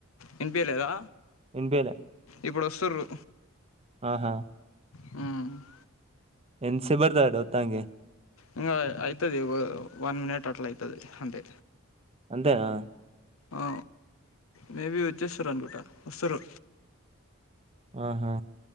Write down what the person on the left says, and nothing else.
వినిపియలేదా?
ఇప్పుడు వస్తుర్రు.
మ్
ఇంగ అయితది. వన్ మినిట్ అట్ల అయితది అంతే.
ఆ మేబి వచ్చేసార్ అనుకుంట. వస్తరు.